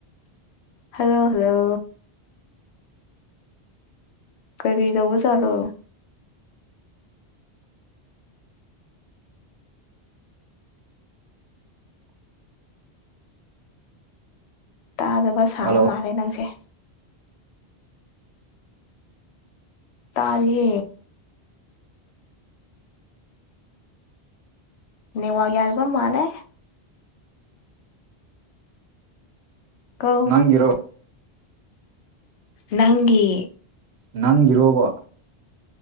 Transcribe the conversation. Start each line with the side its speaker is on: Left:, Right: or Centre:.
Left: ꯍꯜꯂꯣ ꯍꯜꯂꯣ ꯀꯔꯤ ꯇꯧꯕ ꯆꯂꯣ ꯇꯥꯗꯕ ꯁꯥꯕ
Right: ꯍꯜꯂꯣ
Left: ꯃꯥꯜꯂꯦ ꯅꯪꯁꯦ ꯇꯥꯔꯦ ꯅꯋꯥꯒ ꯌꯥꯜꯕ ꯃꯥꯂꯦ ꯀꯣ
Right: ꯅꯪꯔꯣ
Left: ꯅꯪꯒꯤ
Right: ꯅꯪꯒꯤꯔꯣꯕ